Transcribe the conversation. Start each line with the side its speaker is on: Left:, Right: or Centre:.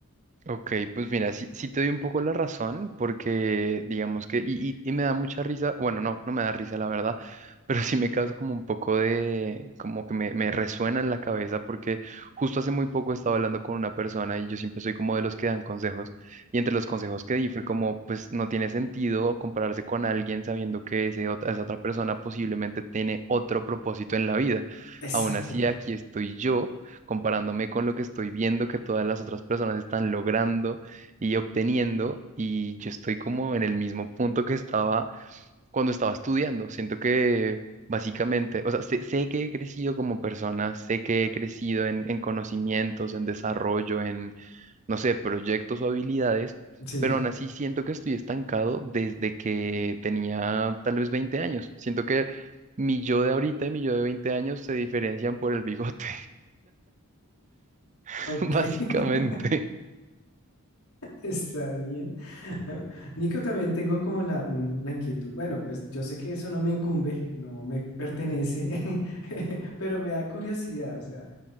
Right: Ok, pues mira, sí, sí te doy un poco la razón, porque digamos que, y, y- y me da mucha risa, bueno, no, no me da risa la verdad, <laughs> pero sí me causa como un poco de, como que me, me resuena en la cabeza, porque justo hace muy poco estaba hablando con una persona y yo siempre soy como de los que dan consejos, y entre los consejos que di fue como, pues no tiene sentido compararse con alguien sabiendo que ese ot- esa otra persona posiblemente tiene otro propósito en la vida.
Left: Exacto.
Right: Aún así, aquí estoy yo comparándome con lo que estoy viendo que todas las otras personas están logrando y obteniendo, y yo estoy como en el mismo punto que estaba cuando estaba estudiando. Siento que básicamente, o sea, sé, sé que he crecido como persona, sé que he crecido en, en conocimientos, en desarrollo, en, no sé, proyectos o habilidades,
Left: Sí.
Right: pero aún así siento que estoy estancado desde que tenía tal vez 20 años. Siento que mi yo de ahorita y mi yo de 20 años se diferencian por el bigote. <laughs>
Left: Ok,
Right: Básicamente,
Left: <laughs> está bien. <laughs> Nico, también tengo como la, un- la inquietud. Bueno, pues yo sé que eso no me incumbe, no me pertenece, <laughs> pero me da curiosidad. O sea,